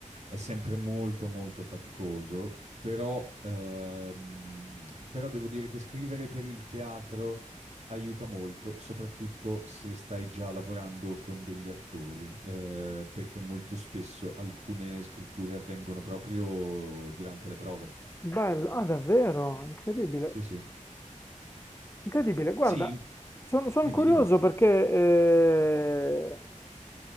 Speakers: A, on the right (about 60°); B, on the left (about 20°).
A: è sempre molto molto faticoso, però, ehm, però devo dire che scrivere per il teatro aiuta molto, soprattutto se stai già lavorando con degli attori, eh, perché molto spesso alcune scritture avvengono proprio durante le prove.
B: Bello, ah, davvero, incredibile.
A: Sì, sì.
B: Incredibile, guarda,
A: Sì, in-
B: sono son
A: dimmi,
B: curioso
A: dimmi.
B: perché, eh,